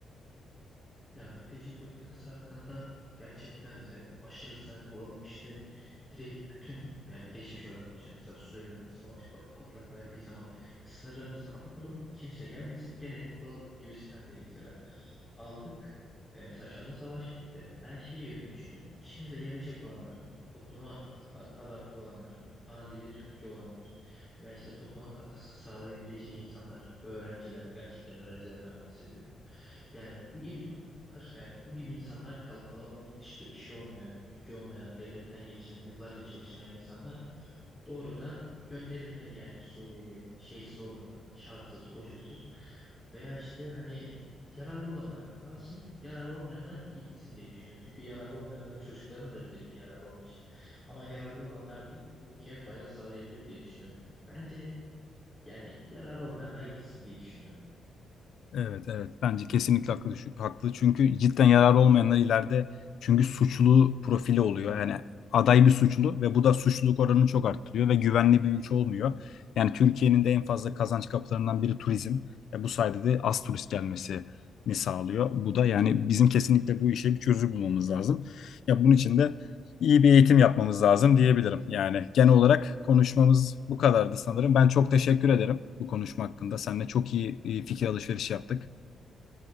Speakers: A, on the left; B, on the left.
A: Ya mülteci politikası hakkında gerçekten mesela aşırı sert olalım işte direkt bütün yani geçmiş olarak başlıyor. Mesela Suriye'de savaş pa- patlak verdiği zaman sınırlarımızı kapatalım kimse gelmesin geleni vuralım gibisinden değil mesela. Aldık ve mesela şu anda savaş bitti. Ben şey yönünde düşünüyorum. İşimize yarayacak olanlar, topluma a- a- adapte olanlar, ana dili Türkçe olanlar veya işte topluma katkısı sağlayabilecek insanlar, öğrenciler, gerçekten öğrencilerden bahsediyorum. Yani bu gibi toplumlar yani bu gibi insanlar kalmalı ama onun dışında işi olmayan, gücü olmayan, devletten geçinen, yıllarca çalışmayan insanlar doğrudan gönderilmeli yani Suriye'ye şeysiz olmadan, şartsız, koşulsuz veya işte hani yararlı olanlar kalsın, yararlı olmayanlar gitsin diye düşünüyorum. Çünkü yararlı olmayanları çocuklarına da bize bir yarar olmayacak. Ama yararlı olanlar da bu ülkeye fayda sağlayabilir diye düşünüyorum. Bence yani yararlı olmayanlar gitsin diye düşünüyorum.
B: Evet, evet. Bence kesinlikle haklı, düşü- haklı. Çünkü cidden yararı olmayanlar ileride çünkü suçlu profili oluyor. Yani aday bir suçlu ve bu da suçluluk oranını çok arttırıyor ve güvenli bir ülke olmuyor. Yani Türkiye'nin de en fazla kazanç kapılarından biri turizm. E bu sayede de az turist gelmesini sağlıyor. Bu da yani bizim kesinlikle bu işe bir çözüm bulmamız lazım. Ya bunun için de iyi bir eğitim yapmamız lazım diyebilirim. Yani genel olarak konuşmamız bu kadardı sanırım. Ben çok teşekkür ederim bu konuşma hakkında. Seninle çok iyi e, fikir alışverişi yaptık.